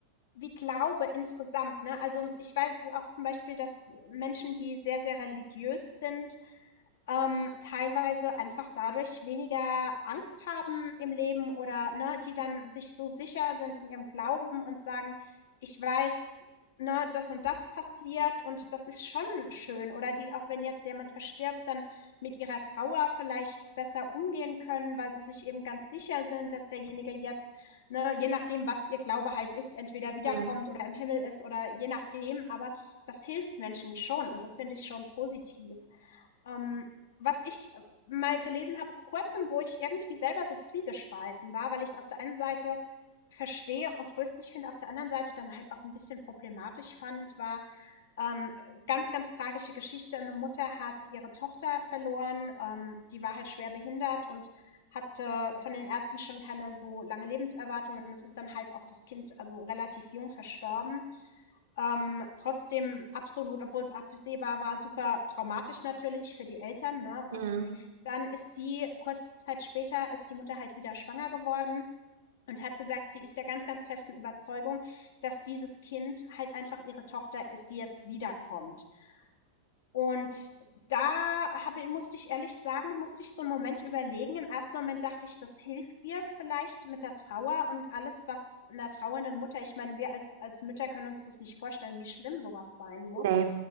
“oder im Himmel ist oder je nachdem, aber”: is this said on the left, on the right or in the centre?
Left